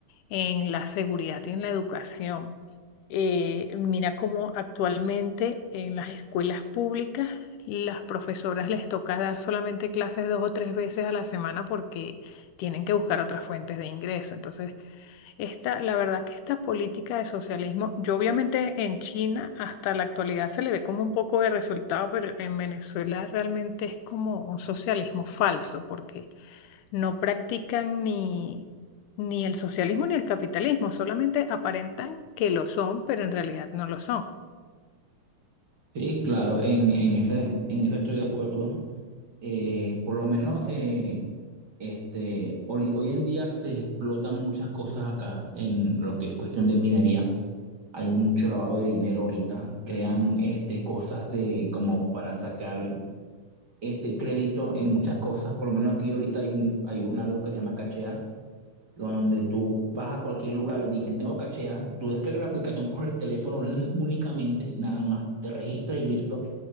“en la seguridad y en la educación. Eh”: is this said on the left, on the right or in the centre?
Left